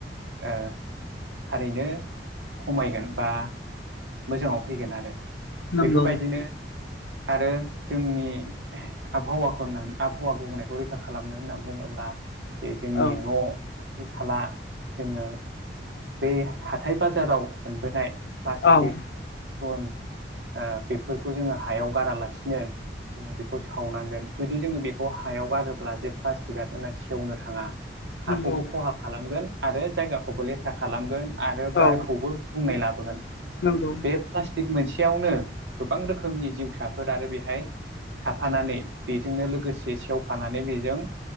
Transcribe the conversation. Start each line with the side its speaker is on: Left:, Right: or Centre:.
Right: ओ थारैनो खमायगोन बा मोजाङाव फैगोन आरो।
Left: नंगौ
Right: बेफोरबायदिनो आरो जोंनि आबहावाखौ होननानै आबहावा बुंनायखौ रैखा खालामनो होननानै बुङोब्ला जे जोंनि
Left: औ
Right: न' खाथि खाला जोङो बे हाथाय बाजाराव मोनबोनाय प्लास्टिक
Left: औ
Right: बेफोरखौ ओ बेफोरखौ जोङो हायाव गारालासिनो जोङो बेखौ सावनांगोन, जुदि जोङो बेखौ हायाव गारोब्ला जे प्लास्टिकआ जोंना सेवनो थाङा।
Left: नंगौ
Right: हाखौबो खहा खालामगोन आरो जायगाखौबो लेथ्रा खालामगोन। आरो
Left: औ
Right: बारखौबो गुबुंनाय लाबोगोन।
Left: नंगौ
Right: बे प्लास्टि थिग मोनसेयावनो गोबां रोखोमनि जिउसाफोर आरो बेहाय थाफानानै बेजोंनो लोगोसे सेवफानानै बेजों